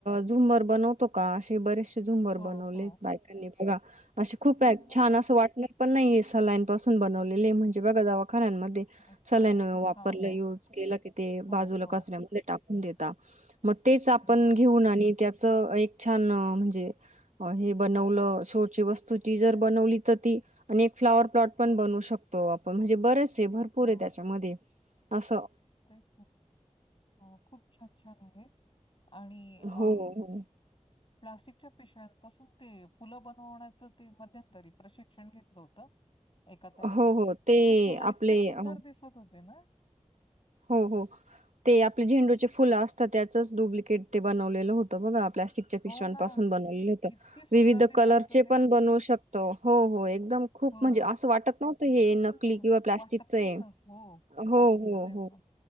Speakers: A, on the right; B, on the left.
A: झुमर बनवतो का असे बरेचसे झुंबर
B: हो,
A: बनवलेत
B: हो.
A: बायकांनी. <unintelligible> असे खूप आहेत
B: अरे वाह!
A: छान असं वाटणार पण नाही हे सलाईन पासून बनवलेली आहे म्हणजे बघा दवा खान्यान मध्ये
B: अच्छा.
A: सलाईन वापर
B: हां,
A: पण
B: हां.
A: युज केलं कि ते
B: हो,
A: बाजूला
B: हो.
A: कचरामध्ये टाक देेता मग तेच आपण
B: हं,
A: घेऊन
B: हं.
A: आणि त्याचं एक छान म्हणजे हे बनवलं शोची वस्तू ती जर बनवली, तर ती आणि एक फ्लावर प्लॉट पण बनू शकतो आपण. म्हणजे बऱ्याच ते भरपूर
B: हो,
A: आहे त्याच्यामध्ये आसं
B: तेच ना. अ खूप छान छान आहे. आणि अ
A: हो हो
B: प्लास्टिकच्या पिशव्यांपासून ते फुलं बनवण्याचं ते मध्यंतरी प्रशिक्षण घेतलं होतं. एका ताईंनी
A: हो हो ते
B: तर ती फुलं इतकी
A: आपले
B: सुंदर
A: अ,
B: दिसत होती ना.
A: हो हो ते आपले झेंडूचे फुलं असतात त्याचं च डुप्लिकेट ते बनवलेलं होतं बघा. प्लॅस्टिकच्या पिशव्यांपासून
B: हो ना.
A: बनवलेलं होत
B: किती सुंदर
A: विविध
B: दिसायचं
A: कलरचे
B: ते.
A: पण बनवू शकतो हो हो एकदम खूप
B: हो.
A: म्हणजे असं वाटत नव्हतं
B: इतकं
A: हे नकली
B: सुंदर
A: किंवा प्लास्टिकच
B: वाटत
A: आहे
B: नव्हतं. हो,
A: हो
B: प्लास्टिकचं
A: हो
B: आहे
A: हो.
B: म्हणून.